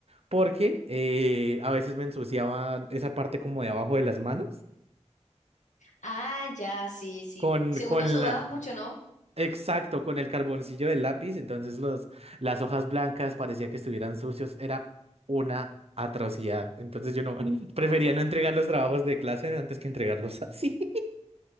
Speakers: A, on the right; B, on the left.
A: porque eh, a veces me ensuciaba esa parte como de abajo de las manos
B: Ah, ya, sí, sí.
A: con,
B: Seguro
A: con
B: sudabas
A: la...
B: mucho, ¿no?
A: Exacto, con el carboncillo del lápiz, entonces los, las hojas blancas parecía que estuvieran sucios, era una atrocidad. Entonces yo no <laughs> prefería no entregar los trabajos de clase antes que entregarlos así. <laughs>